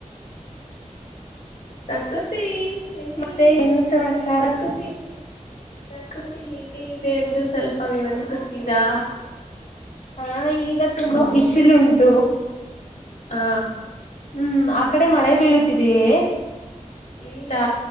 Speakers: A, on the left; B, on the left.
A: ಪ್ರಕೃತಿ. ಎಲ್ಲಿ
B: ಮತ್ತೆ ಏನು ಸಮಾಚಾರಾ.
A: ಪ್ರಕೃತಿ ಪ್ರಕೃತಿ ಹೇಗೆ ಇದೆ ಎಂದು ಸ್ವಲ್ಪ ವಿವರಿಸುತ್ತೀರಾ.
B: ಹಾ ಈಗ ತುಂಬಾ ಬಿಸಿಲ ಉಂಟು.
A: ಆ.
B: ಹ್ಮ್ ಆ ಕಡೆ ಮಳೆ ಬೀಳುತ್ತಿದೆಯೇ.
A: ಇಲ್ಲಾ.